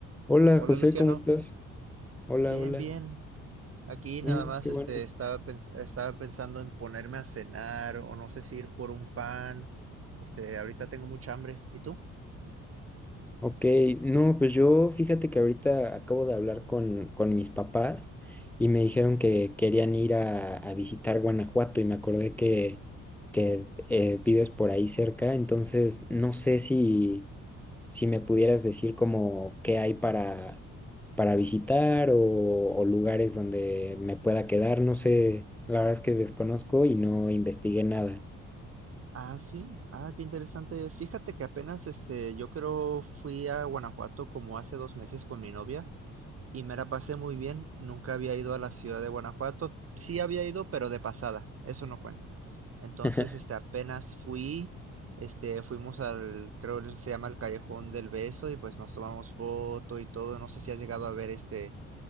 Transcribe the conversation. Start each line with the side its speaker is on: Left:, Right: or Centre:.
Centre: Hola
Right: Hola
Centre: José,
Right: Luciano,
Centre: ¿cómo estás? Hola,
Right: bien,
Centre: hola.
Right: bien. Aquí
Centre: Mm,
Right: nada más
Centre: qué
Right: este,
Centre: bueno.
Right: estaba, pens- estaba pensando en ponerme a cenar o no sé si ir por un pan. Este, ahorita tengo mucha hambre. ¿Y tú?
Centre: Ok, no, pues yo fíjate que ahorita acabo de hablar con, con mis papás y me dijeron
Right: Ujú.
Centre: que querían ir a, a visitar Guanajuato y me acordé que, que eh, vives por ahí cerca, entonces no sé si, si me pudieras decir como qué hay para, para visitar o, o lugares donde me pueda quedar, no sé, la verdad es que desconozco y no investigué nada.
Right: Ah, sí. Ah, qué interesante. Fíjate que apenas este, yo creo fui a Guanajuato como hace dos meses con mi novia. y me la pasé muy bien. Nunca había ido a la ciudad de Guanajuato. Sí había ido, pero de pasada. Eso no cuenta. Entonces,
Centre: <laughs>
Right: este, apenas fui, este, fuimos al, creo que se llama el Callejón del Beso y pues nos tomamos foto y todo. No sé si has llegado a ver este